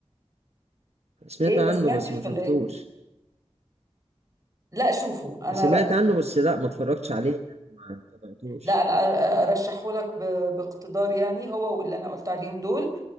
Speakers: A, on the right (about 70°); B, on the right (about 30°).
A: سمعت
B: ايه
A: عنه
B: ما سمعتش
A: بس ما شفتوش
B: ولا ايه لا شوفوا انا
A: سمعت
B: رأيي
A: عنه بس لا ما اتفرجتش عليه ما تابعتوش
B: لا انا ارشحه لك باقتدار يعني هو واللي انا قلت عليهم دول